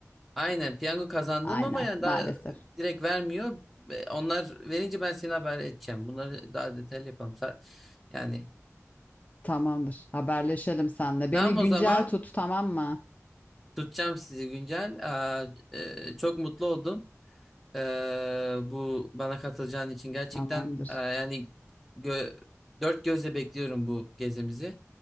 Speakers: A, in the centre; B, on the left (about 30°).
A: Aynen piyango kazandım
B: Aynen,
A: ama yani
B: maalesef.
A: daha direkt vermiyor. Ve Onlar verince ben seni haber edeceğim. Bunları daha detaylı yapalım. Sa- Yani
B: Tamamdır. Haberleşelim seninle.
A: tamam
B: Beni
A: o
B: güncel
A: zaman
B: tut, tamam mı?
A: tutacağım sizi Güncel. Aa, e, çok mutlu oldum. Ee, bu bana katılacağın için gerçekten
B: Tamamdır.
A: e, yani gö- dört gözle bekliyorum bu gezimizi.